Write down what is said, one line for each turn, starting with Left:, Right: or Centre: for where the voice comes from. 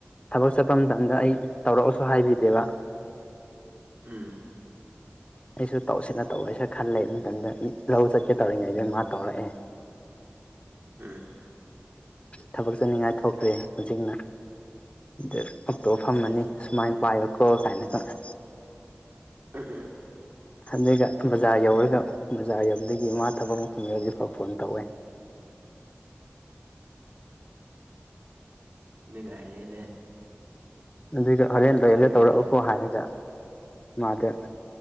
Left: ꯊꯕꯛ ꯆꯠꯄ ꯃꯇꯝꯗ ꯑꯩ ꯇꯧꯔꯛꯑꯁꯨ ꯍꯥꯏꯕꯤꯗꯦꯕ
Right: ꯎꯝ
Left: ꯑꯩꯁꯨ ꯇꯧꯁꯤꯅ ꯇꯧꯑꯣꯏꯁꯤꯔ ꯈꯟꯂ ꯂꯩꯕ ꯃꯇꯝꯗ ꯂꯧ ꯆꯠꯀꯦ ꯇꯧꯔꯤꯉꯩ ꯑꯗꯨ ꯃꯥ ꯇꯧꯔꯑꯧ
Right: ꯎꯝ
Left: ꯊꯕꯛ ꯆꯠꯅꯤꯡꯉꯥꯏ ꯊꯣꯛꯈ꯭ꯔꯦ ꯍꯧꯖꯤꯛꯅ ꯑ ꯑꯇꯣꯞ ꯐꯝꯃꯅꯤ
Right: ꯁꯦꯁ
Left: ꯁꯨꯃꯥꯏꯅ ꯄꯥꯏꯌꯣ ꯀꯣ ꯀꯥꯏꯅ ꯈꯪꯅꯦ
Right: ꯎ ꯎ
Left: ꯍꯟꯗꯒ ꯕꯖꯥꯔ ꯌꯧꯔꯒ ꯕꯖꯥꯔ ꯌꯧꯕꯗꯒꯤ ꯃꯥ ꯊꯕꯛ ꯃꯐꯝ ꯌꯧꯗꯤꯐꯥꯎ ꯐꯣꯟ ꯇꯧꯋꯦ
Right: ꯅꯨꯡꯉꯥꯏꯔꯦꯅꯦ
Left: ꯑꯗꯨꯒ ꯍꯣꯔꯦꯟ ꯂꯣꯏꯔ
Right: ꯈꯔꯒꯗꯤ
Left: ꯇꯧꯔꯛꯎꯀꯣ ꯍꯥꯏꯔꯒ ꯃꯥꯗ